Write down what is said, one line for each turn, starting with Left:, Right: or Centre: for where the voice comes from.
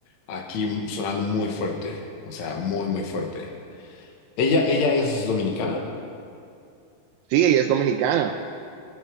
Left: aquí sonando muy fuerte, o sea, muy, muy fuerte. ¿Ella, ella es dominicana?
Right: Sí, ella es dominicana.